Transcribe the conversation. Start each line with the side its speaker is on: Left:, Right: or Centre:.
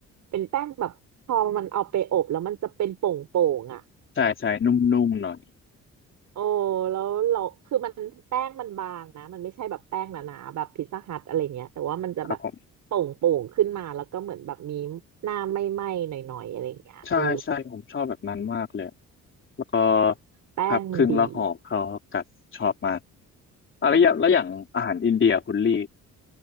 Right: เป็นแป้งแบบพอมันเอาไปอบแล้วมันจะเป็นโป่งๆอ่ะ
Left: ใช่ใช่นุ่มๆหน่อย
Right: โอ้แล้วเราคือมันแป้งมันบางนะมันไม่ใช่แบบแป้งหนาๆแบบพิซซ่าฮัทอะไรเงี้ยแต่ว่ามันจะแบบโป่งๆขึ้นมาแล้วก็เหมือนแบบมี
Left: ครับผม
Right: หน้าไหม้ๆหน่อยๆอะไรเงี้ยเออ
Left: ใช่ใช่ผมชอบแบบนั้นมากเลยแล้วก็
Right: แป้งมันดี
Left: พับครึ่งแล้วห่อเขาวกัดชอบมากอะไรอย่างแล้วอย่างอาหารอินเดียคุณลี่